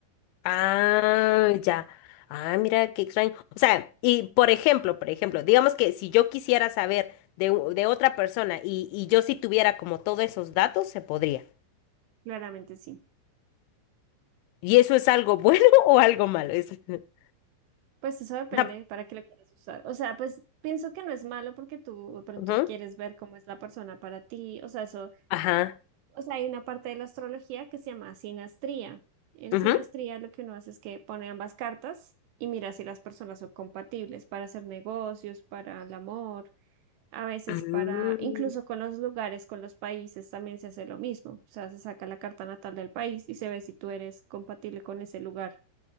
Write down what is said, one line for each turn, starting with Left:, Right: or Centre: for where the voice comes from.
Left: Ah, ya. Ah, mira qué extraño. O sea, y por ejemplo, por ejemplo, digamos que si yo quisiera saber de, u- de otra persona y, y yo si tuviera como todos esos datos, se podría.
Right: claramente sí.
Left: ¿Y eso es algo bueno <laughs> o algo malo? Es- <laughs>
Right: Pues eso depende
Left: o sea,
Right: para qué lo quieras usar. O sea, pues pienso que no es malo porque tú de pronto
Left: ujú,
Right: quieres ver cómo es la persona para ti. O sea, eso
Left: Ajá.
Right: O sea, hay una parte de la astrología que se llama sinastría. En
Left: ujú.
Right: sinastría lo que uno hace es que pone ambas cartas y mira si las personas son compatibles para hacer negocios, para el amor, a veces
Left: Mm,
Right: para, incluso con los lugares, con los países también se hace lo mismo. O sea, se saca la carta natal del país y se ve si tú eres compatible con ese lugar